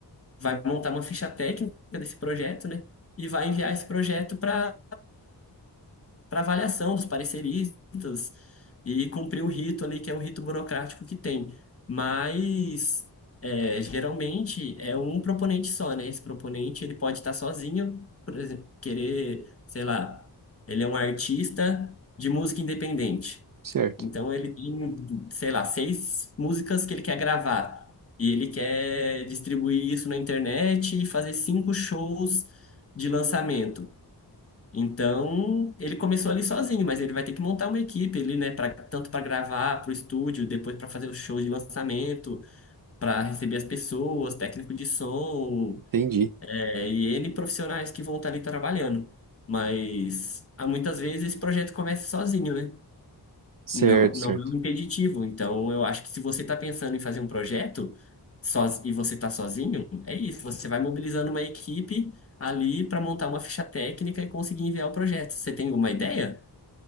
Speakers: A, on the left; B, on the right.
A: vai montar uma ficha técnica desse projeto, né? E vai enviar esse projeto para para avaliação dos pareceristas e cumprir o rito ali, que é o rito burocrático que tem. Mas é, geralmente é um proponente só, né? Esse proponente ele pode estar sozinho, por exemplo, querer, sei lá, ele é um artista de música independente.
B: Certo,
A: Então ele tem, sei lá, seis músicas que ele quer gravar. E ele quer distribuir isso na internet e fazer cinco shows de lançamento. Então, ele começou ali sozinho, mas ele vai ter que montar uma equipe ali, né, pra, tanto para gravar para o estúdio, depois para fazer os shows de lançamento, para receber as pessoas, técnico de som,
B: entendi.
A: é, e N profissionais que vão estar ali trabalhando. Mas há muitas vezes esse projeto começa sozinho, né?
B: Certo,
A: Não, não
B: certo.
A: é um impeditivo. Então, eu acho que se você está pensando em fazer um projeto soz- e você está sozinho, é isso. Você vai mobilizando uma equipe ali para montar uma ficha técnica e conseguir enviar o projeto. Você tem alguma ideia?